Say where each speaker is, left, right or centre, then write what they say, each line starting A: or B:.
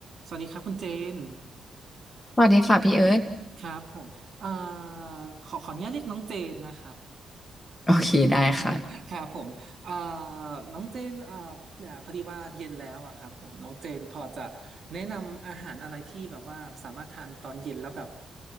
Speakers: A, on the right; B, on the left.
A: สวัสดีครับคุณเจน
B: สวัสดีค่ะพี่เอิร์ธ
A: ครับผมเอ่อขอขออนุญาตเรียกน้องเจนนะครับ
B: โอเคได้ค่ะ
A: <laughs> ครับผมเอ่อน้องเจนเอ่อเนี่ยพอดีว่าเย็นแล้วอะครับผมน้องเจนพอจะแนะนำอาหารอะไรที่แบบว่าสามารถทานตอนเย็นแล้วแบบ